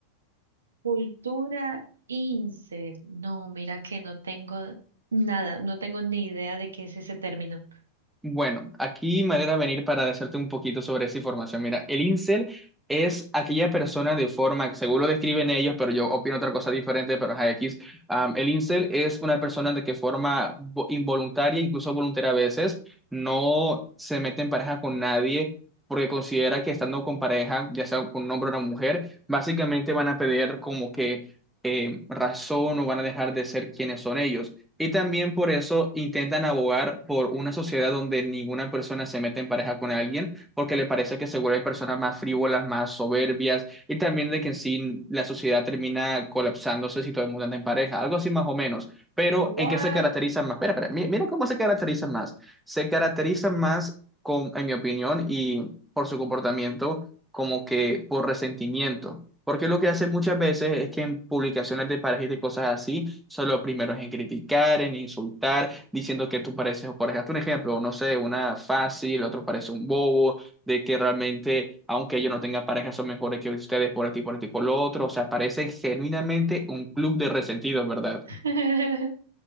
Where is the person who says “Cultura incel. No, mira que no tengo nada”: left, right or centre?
Right